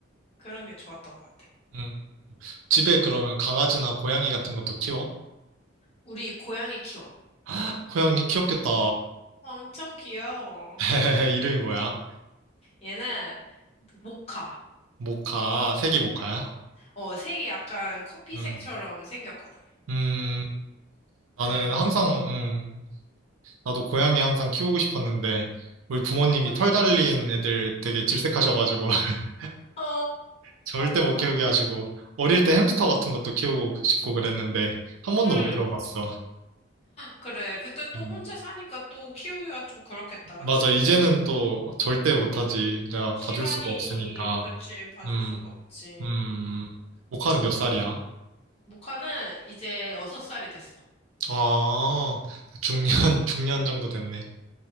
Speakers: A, on the left; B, on the right.
A: 그런 게 좋았던 것 같아.
B: 음. 집에 그러면 강아지나 고양이 같은 것도 키워?
A: 우리 고양이 키워.
B: <gasps> <laughs> 고양이 귀엽겠다.
A: 엄청 귀여워.
B: <laughs> 이름이 뭐야?
A: 얘는 모카.
B: 모카, 색이 모카야?
A: 어, 어, 색이 약간 커피색처럼
B: 음.
A: 생겼거든.
B: 음, 나는
A: 그래가지고,
B: 항상, 음, 나도 고양이 항상 키우고 싶었는데, 우리 부모님이
A: 혼,
B: 털 달린
A: 음.
B: 애들 되게 질색하셔가지고, <laughs>
A: 어,
B: 절대 못
A: 어떡해.
B: 키우게 하시고, 어릴 때 햄스터 같은 것도 키우고 싶고 그랬는데, 한 번도
A: 응.
B: 못 키워봤어.
A: 그래. 그때 또
B: 음,
A: 혼자 사니까 또 키우기가 좀 그렇겠다. 그치?
B: 맞아. 이제는 또 절대 못하지. 내가
A: 시간이,
B: 봐줄 수가 없으니까.
A: 그치, 봐줄
B: 음,
A: 수가 없지.
B: 음, 모카는 몇
A: 뭐,
B: 살이야?
A: 모카는 이제 여섯 살이 됐어.
B: 아, 중년, <laughs> 중년 정도 됐네.